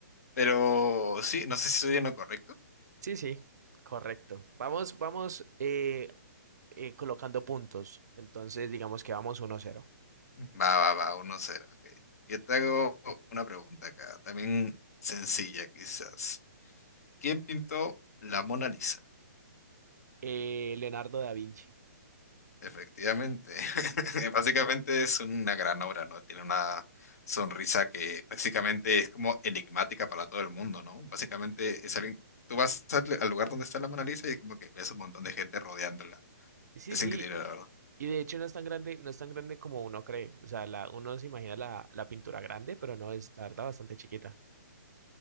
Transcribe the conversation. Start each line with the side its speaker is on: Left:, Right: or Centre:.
Left: pero sí, no sé si estoy en lo correcto.
Right: Sí, sí, correcto. Vamos, vamos eh, eh, colocando puntos. Entonces, digamos que vamos uno cero.
Left: Va, va, va, Uno 0 ok. Yo te hago una pregunta acá, también sencilla quizás. ¿Quién pintó la Mona Lisa?
Right: Eh, Leonardo da Vinci.
Left: Efectivamente, <laughs> básicamente es una gran obra, ¿no? Tiene una sonrisa que básicamente es como enigmática para todo el mundo, ¿no? Básicamente es alguien, tú vas al al lugar donde está la Mona Lisa y como que ves un montón de gente rodeándola.
Right: Sí,
Left: Es
Right: sí.
Left: increíble, la verdad.
Right: Y de hecho no es tan grande, no es tan grande como uno cree. O sea, la, uno se imagina la, la pintura grande, pero no es, la verdad, bastante chiquita.